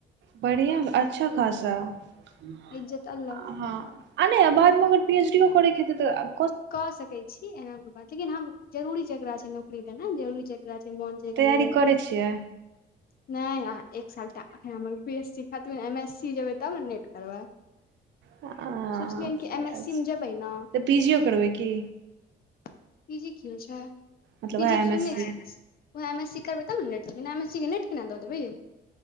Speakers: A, on the right; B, on the left.
A: बढ़ियां अच्छा खासा <inaudible>
B: इज्जत अलग
A: ह आ नै आ बाद म अगर पीएच डी ओ करैके हेतै तऽआब
B: कऽ सकै छी इएह ओकर बाद लेकिन हम जरूरी जकरा छै नौकरी देनाय जरूरी छय वैह छै मोन जेकरा
A: तैयारी
B: लेग
A: करै छियै
B: <inaudible> नै अहाँ एक साल टा अखन हमर बी एस सी खत्मै एम एस सी जेबै तब न नेट करबै
A: हँ
B: <inaudible> सोचलियन हऽ कि एम एस
A: अच्छा
B: सी में जेबै न
A: तऽ पी जीओ करबै की
B: पी जी की होय छैय
A: मतलब
B: <unintelligible>
A: वएह एम एस सी
B: ओहाँ एम एस सी करबै तब न नेट देबै बिना एम एस सी केँ नेट केना दऽ देबै यै।